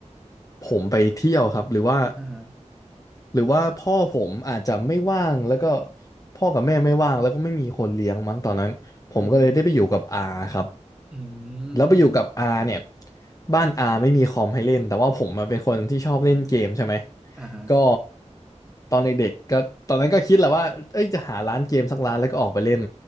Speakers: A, on the left; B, in the centre.
A: ผมไปเที่ยวครับหรือว่า
B: อ่าฮะ
A: หรือว่าพ่อผมอาจจะไม่ว่างแล้วก็พ่อกับแม่ไม่ว่างแล้วก็ไม่มีคนเลี้ยงมั้งตอนนั้นผมก็เลยได้ไปอยู่กับอาครับ
B: อืมอื
A: แล้วไปอยู่กับอาเนี่ย
B: ม
A: บ้านอาไม่มีคอมให้เล่นแต่ว่าผมมาเป็นคนที่ชอบเล่นเกมใช่ไหม
B: อ่าฮะ
A: ก็ตอนเด็กๆก็ตอนนั้นก็คิดแหละว่าเอ้ยจะหาร้านเกมสักร้านแล้วก็ออกไปเล่น